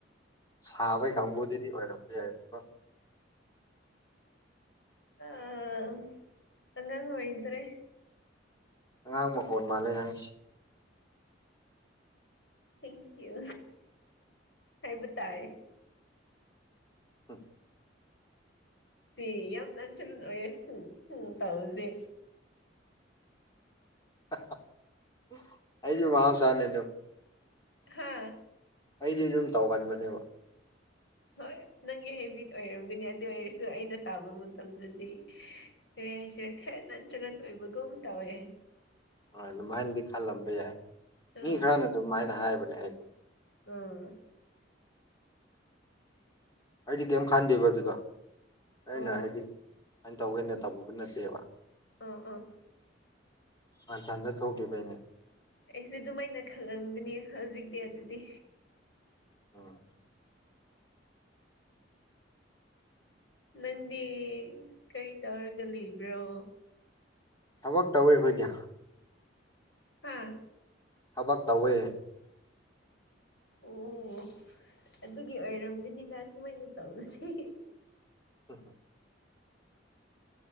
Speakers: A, on the left; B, on the left.
A: ꯁꯥꯕꯩ ꯀꯥꯡꯕꯨꯗꯨꯗꯤ ꯑꯣꯏꯔꯝꯕ ꯌꯥꯏꯕꯀꯣ
B: ꯑꯥ ꯑꯥ ꯑꯉꯥꯡ ꯑꯣꯏꯗ꯭ꯔꯦ
A: ꯑꯉꯥꯡ ꯃꯈꯣꯜ ꯃꯥꯜꯂꯦ ꯅꯪꯁꯤ
B: ꯊꯦꯡꯀ꯭ꯌꯨ ꯍꯥꯏꯕ ꯇꯥꯔꯦ
A: <unintelligible>
B: ꯁꯤ ꯌꯥꯝ ꯅꯦꯆꯔꯦꯜ ꯑꯣꯏꯌꯦ <unintelligible> ꯇꯧꯁꯦ
A: <unintelligible> ꯑꯩꯗꯤ ꯃꯥꯍꯣꯏꯁꯅꯦ ꯑꯗꯨꯝ
B: ꯍꯥꯥ
A: ꯑꯩꯗꯤ ꯑꯗꯨꯝ ꯇꯧꯒꯟꯕꯅꯦꯕ
B: ꯍꯣꯏ ꯅꯪꯒꯤ ꯍꯦꯕꯤꯠ ꯑꯣꯏꯔꯝꯒꯅꯤ ꯑꯗꯨ ꯑꯣꯏꯔꯁꯨ ꯑꯩꯅ ꯇꯥꯕ ꯃꯇꯝꯗꯗꯤ ꯀꯔꯤ ꯍꯥꯏꯁꯤꯔ ꯈꯔ ꯅꯦꯆꯔꯦꯜ ꯑꯣꯏꯕꯒꯨꯝ ꯑꯃ ꯇꯧꯋꯦ
A: ꯍꯥ ꯑꯗꯨꯃꯥꯏꯅꯗꯤ ꯈꯜꯂꯝꯕ ꯌꯥꯏ
B: ꯑꯥ
A: ꯃꯤ ꯈꯔꯅꯖꯨ ꯑꯗꯨꯃꯥꯏꯅ ꯍꯥꯏꯕꯅꯦ ꯑꯩꯕꯨ
B: ꯑꯣ
A: ꯑꯩꯗꯤ ꯀꯩꯝ ꯈꯥꯟꯗꯦꯕ ꯑꯗꯨꯗꯣ ꯑꯩꯅ
B: ꯑꯣ
A: ꯍꯥꯏꯗꯤ ꯑꯩꯅ ꯇꯧꯒꯦꯅ ꯇꯧꯔꯨꯕ ꯅꯠꯇꯦꯕ
B: ꯑꯣ ꯑꯣ
A: ꯃꯊꯟꯗ ꯊꯣꯛꯈꯤꯕꯩꯅꯦ
B: ꯑꯩꯁꯨ ꯑꯗꯨꯃꯥꯏꯅ ꯈꯜꯂꯝꯒꯅꯤ ꯍꯧꯖꯤꯛꯇꯤ ꯑꯗꯨꯗꯤ
A: ꯑꯥ
B: ꯅꯪꯗꯤ ꯀꯔꯤ ꯇꯧꯔꯒ ꯂꯩꯕ꯭ꯔꯣ
A: ꯊꯕꯛ ꯇꯧꯋꯤ ꯑꯩꯈꯣꯏꯗꯤ
B: ꯍꯥꯥ
A: ꯊꯕꯛ ꯇꯧꯋꯦ
B: ꯑꯣ ꯑꯗꯨꯒꯤ ꯑꯣꯏꯔꯝꯒꯅꯤꯗ ꯁꯨꯃꯥꯏꯅ ꯇꯧꯕꯁꯦ
A: ꯍꯝ ꯍꯝ